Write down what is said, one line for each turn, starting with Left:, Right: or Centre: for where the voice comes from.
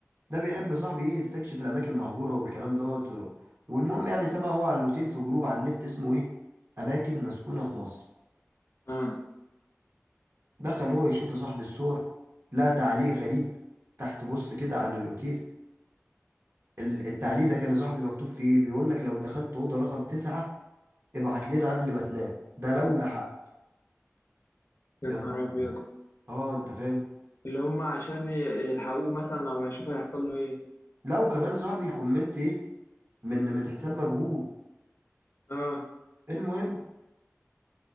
Right: ده بيحب صاحبي إيه يستكشف الأماكن المهجورة والكلام دوت و- والمهم يعني سمع هو على الأوتيل في جروب على النت اسمه إيه أماكن مسكونة في مصر
Left: اه
Right: دخل هو يشوف يا صاحبي الصور لقى تعليق غريب تحت بص كده عن الأوتيل ال- التعليق ده كان لصاحبي مكتوب فيه ايه بيقول لك لو دخلت اوضه رقم تسعة ابعت لنا قبل ما تنام ده لو لحق
Left: يا
Right: يا
Left: نهار
Right: نهار
Left: ابيض
Right: ابيض اه انت فاهم
Left: اللي هم عشان ي- يلحقوه مثلا لو هيشوفوا هيحصل له ايه
Right: لا وكمان يا صاحبي الكومنت ايه من من حساب مجهول
Left: اه
Right: المهم